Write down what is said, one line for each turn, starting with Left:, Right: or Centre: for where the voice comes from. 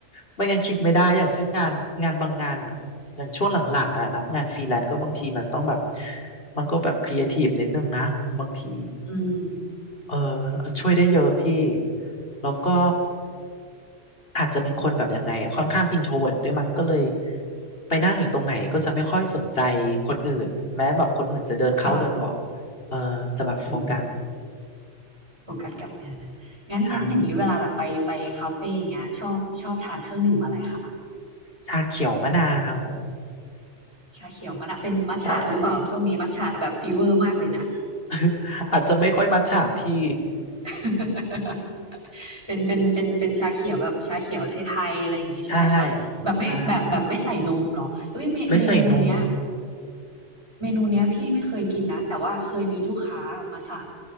Left: ไม่งั้นคิดไม่ได้อย่างเช่นงานงานบางงานอะ อย่างช่วงหลังๆอ่ะรับงานฟรีแลนซ์ก็บางทีมันต้องแบบมันก็แบบครีเอทีฟนิดนึงนะบางที
Right: อืม
Left: เออช่วยได้เยอะพี่แล้วก็อาจจะเป็นคนแบบยังไงอะค่อนข้างอินโทรเวิร์ตด้วยมั้งก็เลยไปนั่งอยู่ตรงไหนก็จะไม่ค่อยสนใจคนอื่นแม้แบบคนอื่นจะเดินเข้าเดินออก
Right: ค่ะ
Left: เออจะแบบโฟกัส
Right: อืม โฟกัสกับงานงั้นงั้นอย่างนี้เวลาแบบไปไปคาเฟ่อย่างเงี้ยชอบชอบทานเครื่องดื่มอะไรคะ
Left: ใช่ชาเขียวมะนาว
Right: ชาเขียวมะนาวเป็นมัทฉะหรือเปล่าช่วงนี้มัทฉะแบบฟีเวอร์มากเลยนะ
Left: ใช่ <laughs> อาจจะไม่ค่อยมัทฉะพี่
Right: <laughs> เป็นเป็นเป็นเป็นชาเขียวแบบชาเขียวไทยๆอะไรอย่างนี้ใช่ไหมคะแบบไม่แบบแบบไม่ใส่นมเหรอเอ้ยเมเมนูเนี้ย
Left: <laughs> ใช่ใช่ ไม่ใส่นม
Right: เมนูเนี้ยพี่ไม่เคยกินนะแต่ว่าเคยมีลูกค้ามาสั่ง